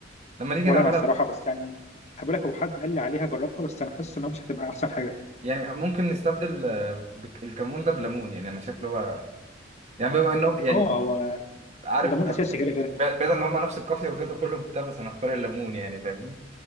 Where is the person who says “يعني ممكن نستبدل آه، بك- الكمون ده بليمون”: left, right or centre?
Right